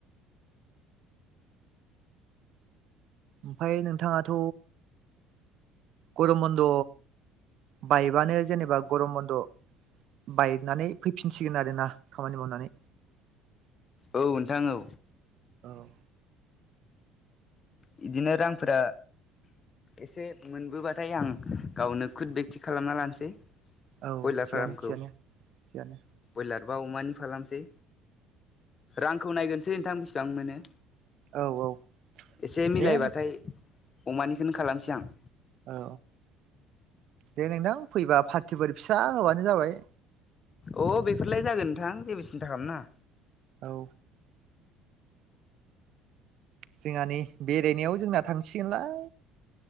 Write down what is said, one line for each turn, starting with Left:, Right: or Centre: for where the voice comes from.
Right: ओमफाय नोंथाङाथ' गर'म बन्द' बाइबानो जेनेबा गर'म बन्द' बायनानै फैफिनसिगोन आरोना खामानि मावनानै।
Left: औ नोंथां औ।
Right: औ।
Left: बिदिनो रांफोरा एसे मोनबोबाथाय आं गावनो खुद बेक्ति खालामना लानोसै।
Right: औ
Left: बयलार
Right: थिगानो
Left: फारामखौ
Right: थिगानो थिगानो
Left: बयलार बा अमानि फालाम सै रांखौ नायग्रोनोसै नोंथां बेसेबां मोनो।
Right: औ औ।
Left: एसे मिलायबाथाय
Right: दे
Left: अमानिखोनो खालामसै आं।
Right: औ। दे नोंथां फैबा फार्टिफोर फिसा होबानो जाबाय।
Left: अ बेफोरलाय जागोन नोंथां जेबो सिन्था खाम नाङा।
Right: औ। जोंहा नै बेरायनायाव जोंना थांसिगोनलाय।